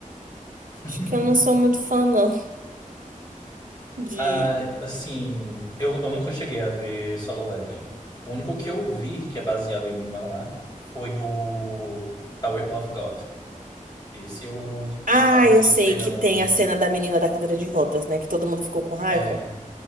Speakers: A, on the left (about 30°); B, on the right (about 80°).
A: <laughs>
B: Acho que eu não sou muito fã, não. <laughs> De.
A: Ah, assim, eu, eu nunca cheguei a ver Solo Leveling. O único que eu vi que é baseado em manhwa foi o Tower of God. Esse eu,
B: Ah,
A: né,
B: eu
A: tô esperando.
B: sei que tem a cena da menina da cadeira de rodas, né? Que todo mundo ficou com raiva.
A: É,